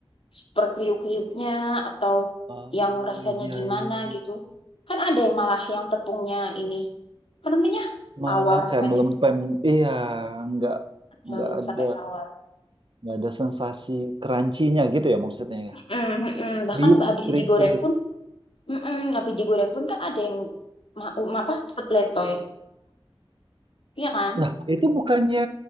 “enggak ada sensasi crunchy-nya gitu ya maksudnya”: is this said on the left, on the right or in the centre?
Right